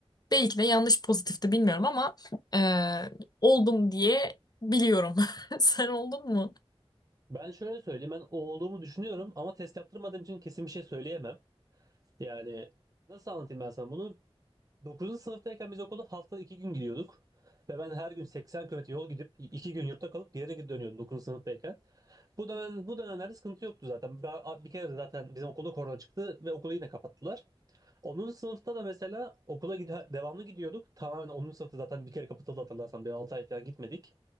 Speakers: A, on the left (about 40°); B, on the right (about 35°).
A: Belki de yanlış pozitifti bilmiyorum ama e, oldum diye biliyorum. <laughs> Sen oldun mu?
B: Ben şöyle söyleyeyim. Ben o olduğumu düşünüyorum ama test yaptırmadığım için kesin bir şey söyleyemem. Yani nasıl anlatayım ben sana bunu? 9. sınıftayken biz okula haftada 2 gün gidiyorduk. Ve ben her gün 80 kilometre yol gidip 2 gün yurtta kalıp geri geri dönüyordum 9. sınıftayken. Bu dönem, bu dönemlerde sıkıntı yoktu zaten. Bir, bir kere de zaten bizim okulda korona çıktı ve okulu yine kapattılar. 10. sınıfta da mesela okula gide- devamlı gidiyorduk. Tamamen 10. sınıfta zaten bir kere kapatıldı hatırlarsan. Bir 6 ay falan gitmedik.